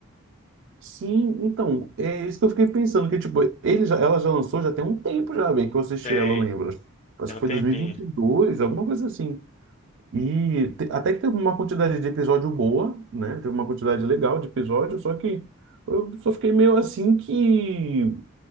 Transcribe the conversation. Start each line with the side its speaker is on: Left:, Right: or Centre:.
Right: Sim, então, é isso que eu fiquei pensando, que tipo, ele já, ela já lançou já tem um tempo já, bem, que eu assisti
Left: Tem,
Right: ela, eu lembro. Acho
Left: tem
Right: que
Left: um
Right: foi
Left: tempinho.
Right: 2022, alguma coisa assim. E te- até que teve uma quantidade de episódio boa, né? Teve uma quantidade legal de episódio, só que eu só fiquei meio assim que,